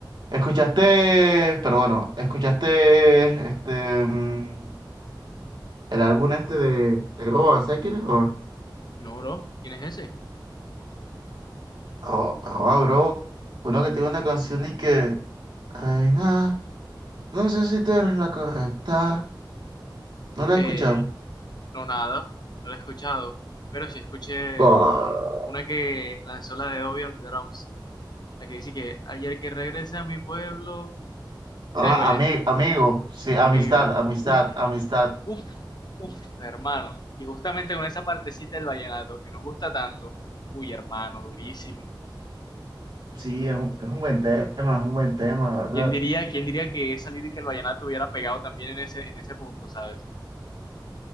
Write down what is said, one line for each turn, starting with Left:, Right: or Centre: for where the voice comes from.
Right: Escuchaste, pero bueno, escuchaste este. mm, El álbum este de, de Roa, ¿sabes quién es Roa?
Left: no, bro, ¿quién es ese?
Right: Ro- Roa, bro. Uno que tiene una canción y que... Reina, no no sé si tú eres la correcta. ¿No lo
Left: Eh,
Right: he escuchado?
Left: No, nada, no la he escuchado, pero sí escuché
Right: Bah.
Left: una que lanzó la de Obi on the Drums, la que dice que ayer que regresé a mi pueblo,
Right: Ah,
Left: ¿sí sabes cuál
Right: ami-
Left: es?
Right: amigo, sí, amistad,
Left: Amigo,
Right: amistad,
Left: uf,
Right: amistad.
Left: uf, uf, hermano, y justamente con esa partecita del vallenato que nos gusta tanto, uy, hermano, durísimo.
Right: Sí, es un, es un buen tema, es un buen tema, la verdad.
Left: ¿Quién diría, quién diría que esa lírica del vallenato hubiera pegado también en ese, en ese punto, ¿sabes?